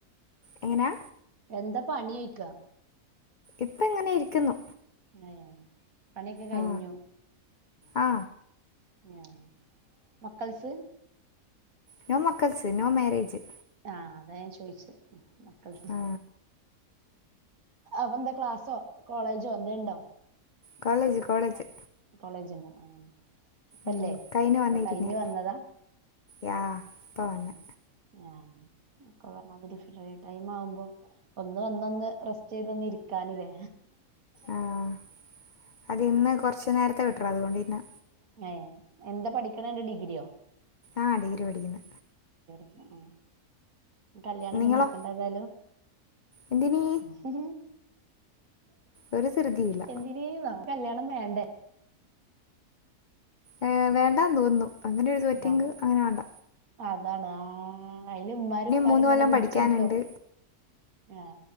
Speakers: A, on the left (about 85°); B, on the right (about 65°).
A: എങ്ങനാ
B: എന്താ പണി ചേയ്ക്കാ
A: ഇപ്പ ഇങ്ങനെ ഇരിക്കുന്നു
B: ഏ പണിയെക്കെ കഴിഞ്ഞു
A: ആ ആ
B: ഏ മക്കൾസ്
A: നോ മക്കൾസ് നോ മരേജ്
B: ആ അതാ ഞാൻ ചോയിച്ച മക്കൾ
A: ആ
B: അപ്പൊ എന്താ ക്ലാസ്സോ കോളേജോ എന്ത ഇണ്ടോ
A: കോളേജ് കോളേജ്
B: കോളേജണ്ടോ ആ ഇപ്പല്ലേ
A: ഉം കഴിഞ്ഞ് വന്നിരുന്നേ
B: അത കഴിഞ്ഞു വന്നതാ
A: യാ ഇപ്പ വന്ന്
B: ആ ആ ക്കെ അത് ഡിഫ ടൈം ആവുമ്പോ ഒന്ന് വന്നൊന്ന് റെസ്റ്റ് ചെയ്ത് ഇരി കാന് ല്ലേ
A: ആഹ് അത് ഇന്ന് കുറുച്ച് നേരത്തെ വിട്ടുഎടാ അതുകൊണ്ടിന്നെ
B: ഏ എന്താ പഠിക്കണണ്ട് ഡിഗ്രിയോ
A: ആ ഡിഗ്രി പഠിക്കുനേ
B: ഉ കല്യാണം ഒക്കെ
A: നിങ്ങളോ
B: നോക്കണ്ട ഏതായാലും
A: എന്തിനീ
B: ഹ
A: ഒരു സരുതിയില്ല
B: എന്തിനേന്നോ കല്യാണം വേണ്ടെ
A: ഏ വേണ്ടാന്ന് തോന്നും അങ്ങനെ ഒരു പറ്റിയെങ്കിൽ
B: അത്
A: അങ്ങനെ വാണ്ട
B: അതാണ് ആ അതില ഉമ്മാരു ഉപ്പരി
A: മൂന്ന്
B: ഇങ്ങനെ
A: കൊല്ലം
B: പിടിച്ചിരുത്തും
A: പഠിക്കാനുണ്ട്
B: ആ